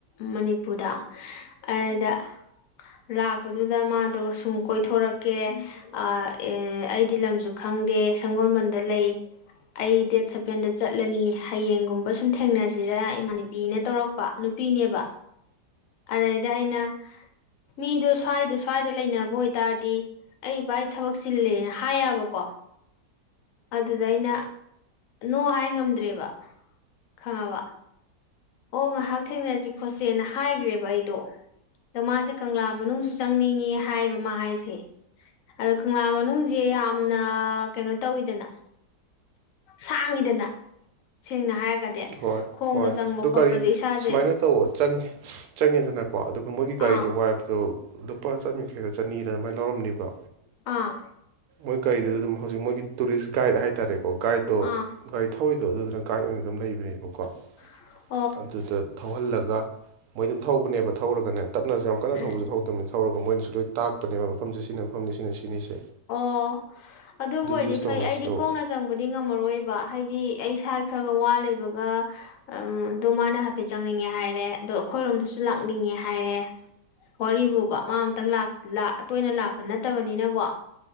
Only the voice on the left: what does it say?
ꯃꯅꯤꯄꯨꯔꯗ ꯑꯔꯗ ꯂꯥꯛꯄꯗꯨꯗ ꯃꯥꯗꯣ ꯁꯨꯝ ꯀꯣꯏꯊꯣꯔꯛꯀꯦ ꯑ ꯑꯦ ꯑꯩꯗꯤ ꯂꯝꯁꯨ ꯈꯪꯗꯦ ꯁꯪꯒꯣꯜꯕꯟꯗ ꯂꯩ ꯑꯩ ꯗꯦꯠ ꯁꯚꯦꯟꯗ ꯆꯠꯂꯅꯤ ꯍꯌꯦꯡꯒꯨꯝꯕ ꯁꯨꯝ ꯊꯦꯡꯅꯁꯤꯔ ꯏꯃꯥꯟꯅꯕꯤꯅ ꯇꯧꯔꯛꯄ ꯅꯨꯄꯤꯅꯦꯕ ꯑꯗꯩꯗ ꯑꯩꯅ ꯃꯤꯗꯣ ꯁ꯭ꯋꯥꯏꯗ ꯁ꯭ꯋꯥꯏꯗ ꯂꯩꯅꯕ ꯑꯣꯏ ꯇꯥꯔꯗꯤ ꯑꯩ ꯕꯥꯥꯏ ꯊꯕꯛ ꯆꯤꯜꯂꯦꯅ ꯍꯥꯏꯌꯥꯕꯀꯣ ꯑꯗꯨꯗ ꯑꯩꯅ ꯅꯣ ꯍꯥꯏ ꯉꯝꯗ꯭ꯔꯦꯕ ꯈꯪꯉꯕ ꯑꯣ ꯉꯥꯍꯥꯛ ꯊꯦꯡꯅꯖꯤ ꯈꯣꯠꯁꯦꯅ ꯍꯥꯏꯒ꯭ꯔꯦꯕ ꯑꯩꯗꯣ ꯑꯗꯣ ꯃꯥꯁꯦ ꯀꯪꯂꯥ ꯃꯅꯨꯡꯁꯨ ꯆꯪꯅꯤꯡꯉꯤ ꯍꯥꯏꯕ ꯃꯥ ꯍꯥꯏꯁꯦ ꯑꯗꯣ ꯀꯪꯂꯥ ꯃꯅꯨꯡꯖꯦ ꯌꯥꯝꯅ ꯀꯩꯅꯣ ꯇꯧꯋꯤꯗꯅ ꯁꯥꯡꯉꯤꯗꯅ ꯁꯦꯡꯅ ꯍꯥꯏꯔꯒꯗꯤ
ꯈꯣꯡꯅ
ꯆꯪꯕ
ꯈꯣꯠꯄꯁꯦ
ꯏꯁꯥꯁꯦ
ꯑꯥ
ꯑꯥ
ꯑꯥ
<unintelligible>
ꯎꯝ
ꯑꯣ ꯑꯗꯨꯕꯨ ꯑꯣꯏꯗꯤ
ꯐꯩ ꯑꯩꯗꯤ
ꯈꯣꯡꯅ ꯆꯪꯕ ꯗꯤ ꯉꯝꯃꯔꯣꯏꯕ ꯍꯥꯏꯗꯤ ꯑꯩ ꯏꯁꯥꯏ ꯈꯔꯒ ꯋꯥ ꯂꯩꯕꯒ ꯑ ꯗꯣ ꯃꯥꯅ ꯍꯥꯏꯐꯦꯠ ꯆꯪꯅꯤꯡꯉꯦ ꯍꯥꯏꯔꯦ ꯑꯗꯣ ꯑꯩꯈꯣꯏꯔꯣꯝꯗꯁꯨ ꯂꯥꯛꯅꯤꯡꯉꯦ ꯍꯥꯏꯔꯦ ꯋꯥꯔꯤꯕꯨꯕ ꯃꯥ ꯑꯃꯇꯪ ꯂꯥꯛ ꯂꯥ ꯇꯣꯏꯅ ꯂꯥꯛꯄ ꯅꯠꯇꯕꯅꯤꯅꯀꯣ